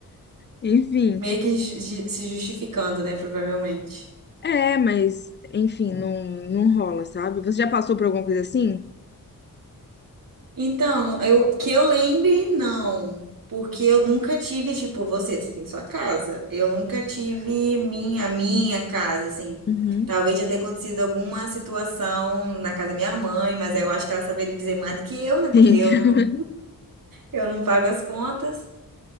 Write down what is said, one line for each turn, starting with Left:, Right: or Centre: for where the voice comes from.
Left: Enfim,
Right: Meio
Left: tipo,
Right: que ju- ju- se justificando, né? Provavelmente.
Left: é, mas, enfim, não, não rola, sabe? Você já passou por alguma coisa assim?
Right: Então, eu, que eu lembre, não. Porque eu nunca tive, tipo, você, você tem sua casa. Eu nunca tive minha, a minha casa, assim.
Left: Uhum.
Right: Talvez já tenha acontecido alguma situação na casa da minha mãe, mas aí eu acho que ela saberia dizer mais do que eu, né? Porque
Left: Sim.
Right: eu, não-
Left: <laughs>
Right: eu não pago as contas.